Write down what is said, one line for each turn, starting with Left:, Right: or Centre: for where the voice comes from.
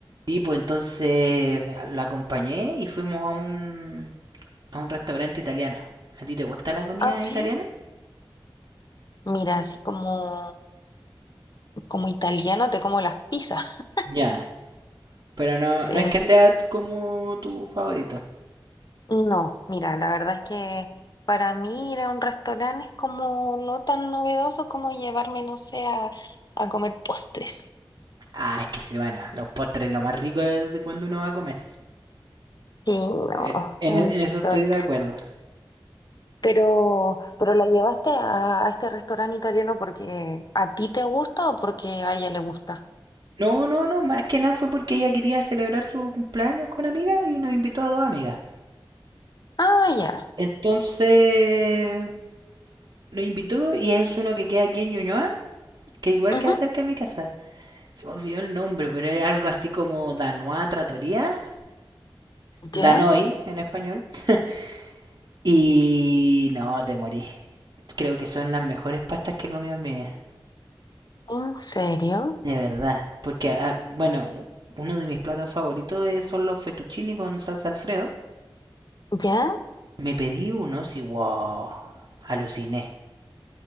Right: Sí, pues entonces lo acompañé y fuimos a un, a un restaurante italiano. ¿A ti te gusta la comida
Left: Ah, sí.
Right: italiana?
Left: Mira, así como, como italiano te como las pizzas. <laughs>
Right: Ya, pero no,
Left: Sí.
Right: no es que sea t- como tu favorito.
Left: No, mira, la verdad es que para mí ir a un restaurante es como no tan novedoso como llevarme, no sé, a, a comer postres.
Right: Ah, es que sí, bueno, los postres lo más rico es de cuando uno va a comer.
Left: Sí, no,
Right: Eh, en,
Left: un
Right: e- en eso estoy
Left: sol.
Right: de acuerdo.
Left: Pero, pero la llevaste a, a este restaurante italiano porque a ti te gusta o porque a ella le gusta.
Right: No, no, no, más que nada fue porque ella quería celebrar su cumpleaños con amigas y nos invitó a dos amigas.
Left: Ah, ya.
Right: Entonces nos invitó y es uno que queda aquí en Ñuñoa, que igual
Left: Ujú.
Right: queda cerca de mi casa. se me olvidó el nombre, pero era algo así como Danois Trattoria,
Left: ¿Ya?
Right: Danoi en español. <laughs> y no, te morí. Creo que son las mejores pastas que he comido en mi vida,
Left: ¿En serio?
Right: de verdad. Porque, ah, bueno, uno de mis platos favoritos es- son los fettuccini con salsa Alfredo.
Left: ¿Ya?
Right: Me pedí unos y wow, aluciné.